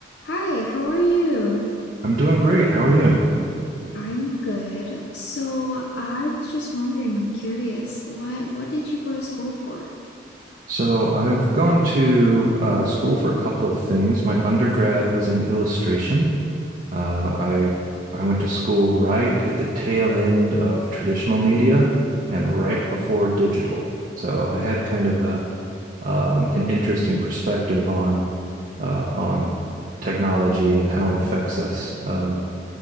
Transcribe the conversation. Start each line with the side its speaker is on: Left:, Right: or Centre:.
Left: Hi, how are you?
Right: I'm doing great. How are you?
Left: I'm good. So I was just wondering, I'm curious, what what did you go to school for?
Right: So I've gone to uh, school for a couple of things. My undergrad was in illustration. Uh, I I went to school right at the tail end of traditional media and right before digital. So I had kind of a um, an interesting perspective on uh, on technology and how it affects us. Um,